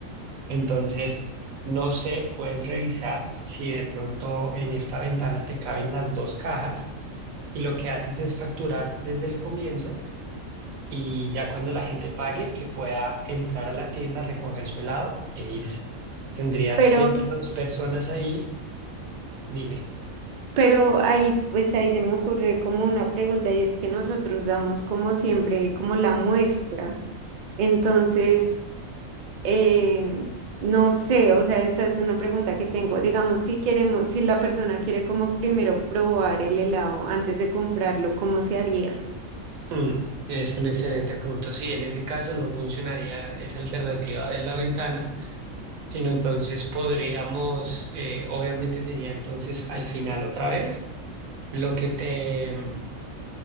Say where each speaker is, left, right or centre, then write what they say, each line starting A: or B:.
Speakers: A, on the right; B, on the right.
A: Entonces, no sé, puedes revisar si de pronto en esta ventana te caben las dos cajas y lo que haces es facturar desde el comienzo y ya cuando la gente pague, que pueda entrar a la tienda, recoger su helado e irse. Tendrías
B: Pero
A: siempre dos personas ahí. Dime.
B: Pero ahí, pues ahí se me ocurre como una pregunta y es que nosotros damos como siempre, como la muestra. Entonces, eh, no sé, o sea, esa es una pregunta que tengo. Digamos, si queremos, si la persona quiere como primero probar el helado antes de comprarlo, ¿cómo se haría?
A: Mm, es un excelente punto. Sí, en ese caso no funcionaría esa alternativa de la ventana, sino entonces podríamos, eh, obviamente sería entonces al final otra vez Lo que te... mm,